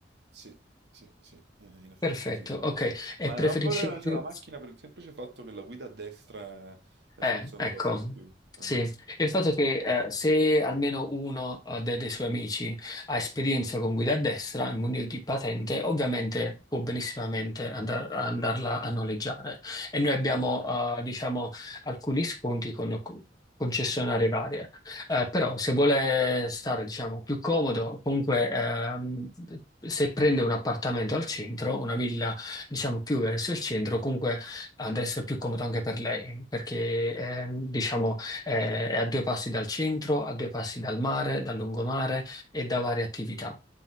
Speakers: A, on the right; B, on the left.
A: Sì, sì, sì, eh, in effetti
B: Perfetto,
A: sì. no.
B: ok. E
A: Ma
B: preferisce
A: non vorrei non
B: più?
A: c'è una macchina per il semplice fatto che la guida a destra è, è
B: Eh,
A: forse
B: ecco,
A: una cosa che più... eh,
B: sì. Il fatto è che eh, se almeno uno eh, de- dei suoi amici ha esperienza con guida a destra e munito di patente, ovviamente può benissimamente andar- andarla a noleggiare. E noi abbiamo,
A: ok.
B: eh, diciamo, alcuni sconti con con- concessionarie varie. Eh, però se vuole stare, diciamo, più comodo, comunque ehm, se prende un appartamento al centro, una villa, diciamo, più verso il centro, comunque ad essere più comodo anche per lei, perché ehm, diciamo eh, è a due passi dal centro, a due passi dal mare, dal lungomare e da varie attività.